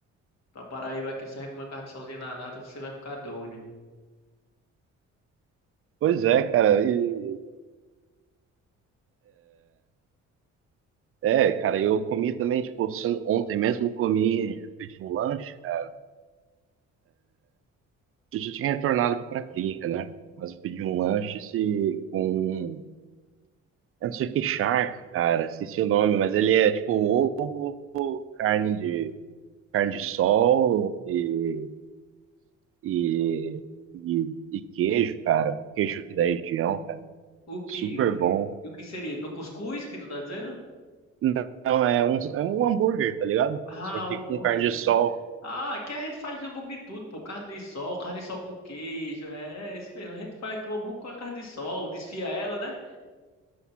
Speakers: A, on the left (about 60°); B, on the right (about 45°).
A: Pra Paraíba aqui, você com uma carne sozinha na nata, você vai ficar doido, meu irmão.
B: Pois é, cara. E, é, cara, eu comi também, tipo, san- ontem mesmo eu comi, eu pedi um lanche, cara. Eu já tinha retornado aqui pra clínica, né? Mas eu pedi um lanche se, com, eu não sei o que, shark, cara. Esqueci o nome, mas ele é, tipo, um ovo, carne de, carne de sol e, e, e, e queijo, cara. Queijo aqui da região, cara.
A: O que,
B: Super
A: o que,
B: bom.
A: o que seria? No cuscuz que tu tá dizendo?
B: Não, é um, é um hambúrguer, tá ligado?
A: Ah,
B: Só que
A: um hambúrguerzinho,
B: com carne de sol.
A: né? Ah, aqui a gente faz hambúrguer de tudo, pô. Carne de sol, carne de sol com queijo. É, é isso mesmo. A gente faz aqui um hambúrguer com a carne de sol. Desfia ela, né?